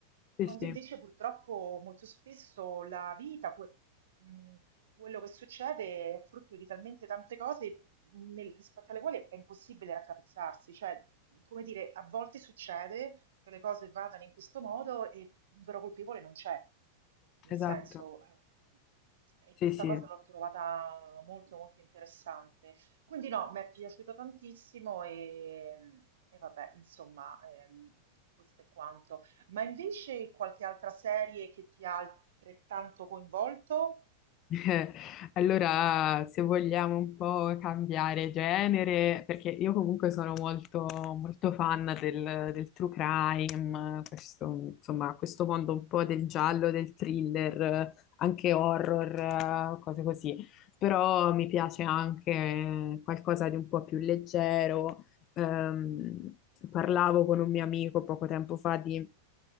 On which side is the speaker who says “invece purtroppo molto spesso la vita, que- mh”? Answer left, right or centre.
Right